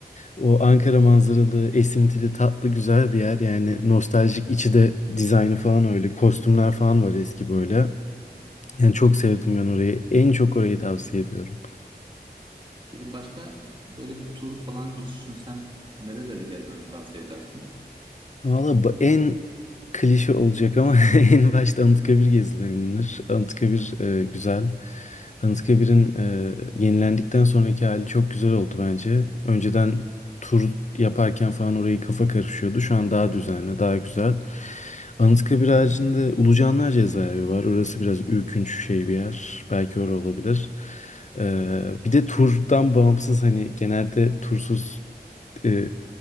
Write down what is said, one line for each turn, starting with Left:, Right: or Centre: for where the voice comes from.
Left: o Ankara manzaralı, esintili, tatlı, güzel bir yer. Yani nostaljik içi de dizaynı falan öyle. Kostümler falan var eski böyle. Yani çok sevdim ben orayı. En çok orayı tavsiye ediyorum.
Right: Peki başka böyle bir tur falan düşünsem nereleri gezmemi tavsiye edersin?
Left: Valla bu en klişe olacak ama <laughs> en başta Anıtkabir gezilebilir. Anıtkabir e, güzel. Anıtkabir'in e, yenilendikten sonraki hali çok güzel oldu bence. Önceden tur yaparken falan orayı kafa karışıyordu. Şu an daha düzenli, daha güzel. Anıtkabir haricinde Ulucanlar Cezaevi var. Orası biraz ürkünç şey bir yer. Belki orası olabilir. E, bir de turdan bağımsız hani genelde tursuz e,